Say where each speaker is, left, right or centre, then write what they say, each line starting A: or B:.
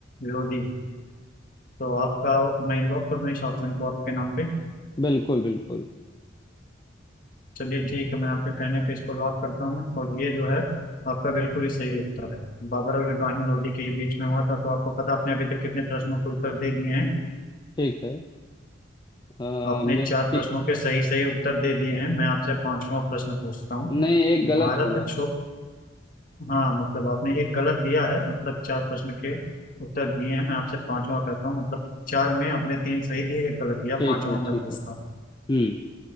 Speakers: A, on the left; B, on the left.
A: लोदी तो आपका मैं लॉक कर दूं इस ऑप्शन को आपके नाम पे
B: बिल्कुल बिल्कुल
A: चलिए ठीक है मैं आपके कहने पे इसको लॉक करता हूँ और ये जो है आपका बिल्कुल ही सही उत्तर है बाबर और इब्राहिम लोदी के ही बीच में हुआ था तो आपको पता आपने अभी तक कितने प्रश्नों के उत्तर दे दिए हैं
B: ठीक है अ,
A: आपने
B: हमने
A: चार
B: ति-
A: प्रश्नों के सही सही उत्तर दे दिए हैं मैं आपसे पांचवा प्रश्न पूछता हूँ
B: नहीं एक गलत
A: भारत
B: हुआ है
A: छो हाँ मतलब आपने एक गलत दिया है मतलब चार प्रश्न के उत्तर दिए हैं मैं आपसे पांचवा करता हूँ मतलब चार में आपने तीन सही दिए एक गलत दिया
B: ठीक
A: पांचवा
B: है
A: मैं
B: ठीक
A: पूछता
B: है
A: हूँ
B: हम्म